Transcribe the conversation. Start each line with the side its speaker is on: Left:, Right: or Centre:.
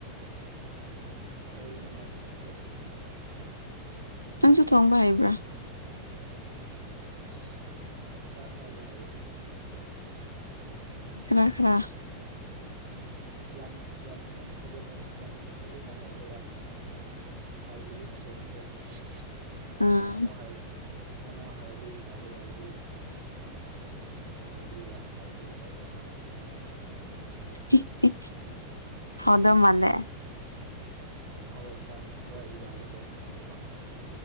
Right: ꯑꯩꯅ ꯊꯣꯡꯗꯦ
Left: ꯅꯪꯁꯨ ꯊꯣꯡꯕ ꯍꯩꯕ꯭ꯔꯥ
Right: ꯁꯤ ꯑꯥ ꯈꯔ ꯈꯔꯗꯤ ꯍꯩꯕꯅꯦ <unintelligible>
Left: ꯈꯔ ꯈꯔ
Right: ꯎꯝ ꯌꯥꯝ ꯌꯥꯝ ꯌꯥꯝ ꯐꯖꯅ ꯊꯣꯡꯕ ꯐꯖꯅ ꯍꯩꯁꯤꯔ ꯌꯥꯝ ꯍꯥꯏꯕꯗꯤ ꯅꯠꯇꯦꯕꯀꯣ ꯑꯗꯨ
Left: ꯑꯥ
Right: ꯊꯣꯡꯉꯣ ꯍꯥꯏ ꯊꯣꯡꯉꯣ ꯍꯥꯏꯔꯗꯤ ꯆꯥꯕ ꯌꯥꯕꯗꯤ ꯊꯣꯡꯔꯗꯤ ꯍꯩꯗꯤ ꯍꯩꯗꯧ ꯃꯥꯜꯂꯦ
Left: ꯍꯦꯍꯦ ꯍꯥꯎꯗꯧ ꯃꯥꯜꯂꯦ
Right: ꯑꯋꯣꯏ ꯊꯣꯡꯕ ꯌꯥꯒꯗꯧ ꯃꯥꯜꯂꯦꯕ